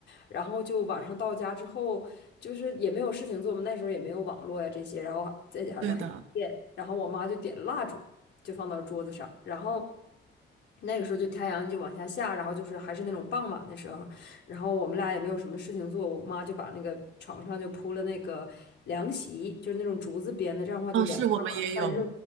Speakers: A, on the left; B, on the right.
A: 然后就晚上到家之后，就是也没有事情做嘛，那时候也没有网络呀这些，然后再加上还是电，
B: 对的，
A: 然后我妈就点蜡烛，就放到桌子上，然后。那个时候就太阳就往下下，然后就是还是那种傍晚的时候，然后我们俩也没有什么事情做，我妈就把那个床上就铺了那个凉席，就是那种竹子编的，这样的话就凉快嘛，
B: 嗯，是我们也有，
A: 散热。